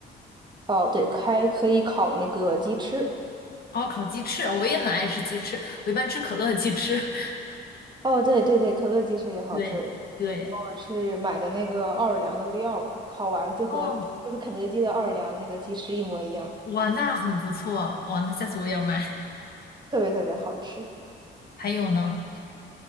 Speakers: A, on the right; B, on the left.
A: 哦对，还可以烤那个鸡翅，
B: 哦，烤鸡翅，哦我也很爱吃鸡翅，我一般吃可乐的鸡翅。<laughs>
A: 哦对对对，可乐鸡翅也好吃。
B: 对对，
A: 我是买的那个奥尔良的料儿，烤完就和就和肯德基的奥尔良那个鸡翅一模一样。
B: 哦，哇，那很不错，哇，那下次我也要买。
A: 特别特别好吃。
B: 还有呢？